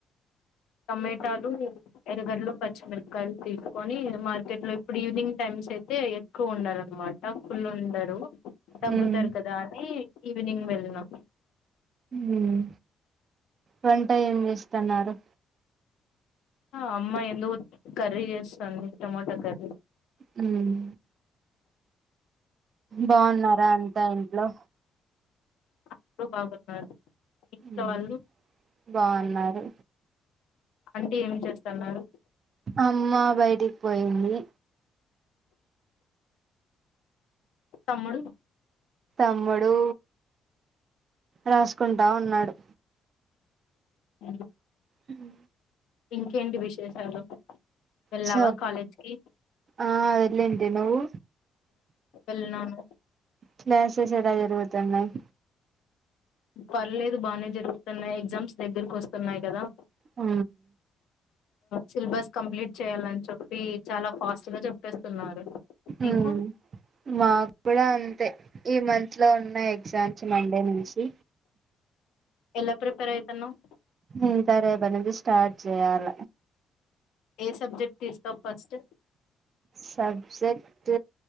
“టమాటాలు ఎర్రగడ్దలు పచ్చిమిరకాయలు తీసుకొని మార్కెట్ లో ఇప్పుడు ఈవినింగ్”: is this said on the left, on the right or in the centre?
Left